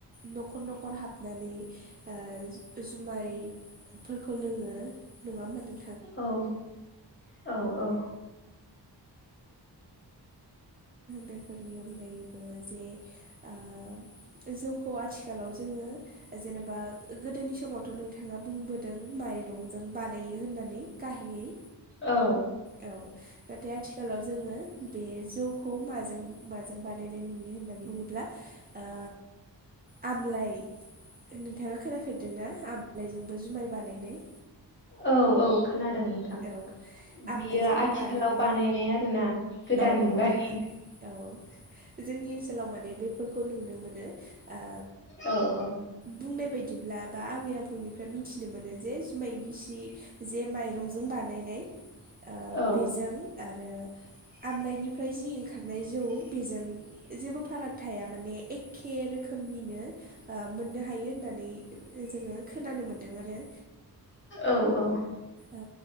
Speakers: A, on the right; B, on the left.
A: न'खर न'खर हाबनानै ओ जुमायफोरखौ लोङो नङा होमबा नों
B: औ औ औ।
A: बेफोरनि अनगायैबो जे ओ जौखौ आथिखालाव जोङो जेनेबा गोदोनि समावथ' नोंथाङा बुंबोदों माइरंजों बानायो होननानै। गाहायै
B: औ।
A: औ नाथाय आथिखालाव जोङो बे जौखौ माजों माजों बानायनाय नुयो होननानै बुङोब्ला ओ आमलाय नोंथाङा खोनाफेरदों ना आमलायजोंबो जुमाय बानायनाय।
B: औ औ खोनादों नों थां। बियो
A: औ आमलाइजों
B: आथिखालाव
A: बानायो
B: बानायनाय आरो ना गोदान
A: औ
B: मुगानि।
A: औ औ जोंनि ओनसोलाव माने बेफोरखौ नुनो मोनो ओ
B: औ औ।
A: बुंनाय बायदिब्ला बा आबै आबौनिफ्राय मिथिनो मोनो जे जुमाय गिसि जे माइ रंजों बानायनाय ओ
B: औ
A: बेजों आरो आमलाइनिफ्राय जि ओंखारनाय जौ बेजों जेबो फाराग थाया माने एखे रोखोमनिनो ओ मोननो हायो होननानै जोङो खोनानो मोन्दों आरो
B: औ औ।
A: औ